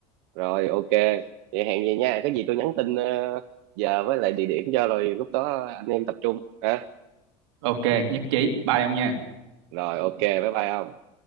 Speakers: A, on the right; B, on the right.
A: rồi ok vậy hẹn vậy nha cái gì tôi nhắn tin ờ, giờ với lại địa điểm cho rồi lúc đó anh em tập trung ha
B: Ok, nhất trí. Bye ông nha.
A: rồi ok bye bye ông